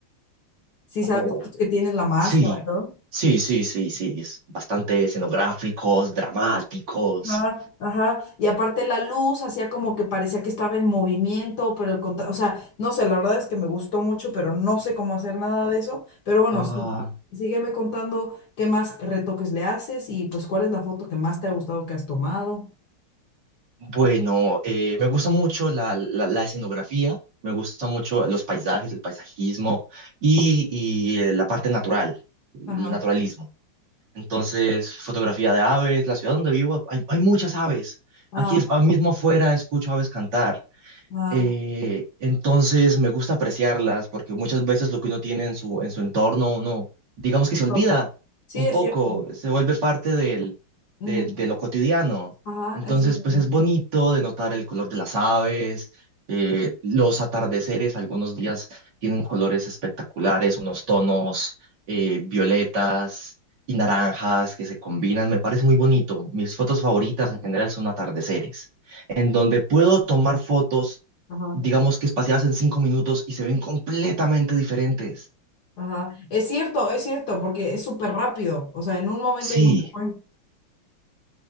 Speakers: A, on the left; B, on the right.
A: si
B: Oh,
A: sabes que tienen la máscara,
B: Sí,
A: ¿no?
B: sí, sí, sí, sí. Es bastante escenográficos, dramáticos.
A: Ajá, ajá. Y aparte la luz hacía como que parecía que estaba en movimiento, pero el contra- o sea, no sé, la verdad es que me gustó mucho, pero no sé cómo hacer nada de eso. Pero bueno,
B: Ah,
A: sí, sígueme contando qué más retoques le haces y pues cuál es la foto que más te ha gustado que has tomado.
B: Bueno, eh, me gusta mucho la, la- la escenografía, me gusta mucho los paisajes, el paisajismo y, y, eh, la parte natural, el
A: Ajá,
B: naturalismo. Entonces, fotografía de aves, la ciudad donde vivo, hay, hay muchas aves.
A: ajá,
B: Aquí, ahora mismo afuera, escucho aves cantar.
A: ajá.
B: Eh, entonces me gusta apreciarlas porque muchas veces lo que uno tiene en su, en su entorno, uno, digamos que se olvida
A: No, Sí,
B: un
A: es
B: poco,
A: cierto.
B: se vuelve parte del,
A: Ujú.
B: del- de lo cotidiano.
A: Ajá,
B: Entonces,
A: es cierto.
B: pues es bonito de notar el color de las aves, eh, los atardeceres, algunos días tienen colores espectaculares, unos tonos eh, violetas y naranjas que se combinan, me parece muy bonito. Mis fotos favoritas en general son atardeceres en donde puedo tomar fotos
A: Ajá,
B: digamos que espaciadas en cinco minutos y se ven completamente diferentes.
A: ajá. Es cierto, es cierto, porque es súper rápido. O sea, en un momento
B: Sí,
A: ya se fue.